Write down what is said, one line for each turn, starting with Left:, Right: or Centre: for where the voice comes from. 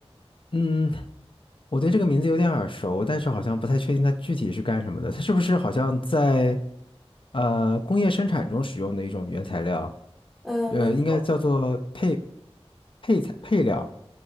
Left: 嗯，我对这个名字有点耳熟，但是好像不太确定它具体是干什么的。它是不是好像在呃工业生产中使用的一种原材料？
Centre: 呃，
Left: 呃，
Centre: 没错，
Left: 应该叫做配配材配料。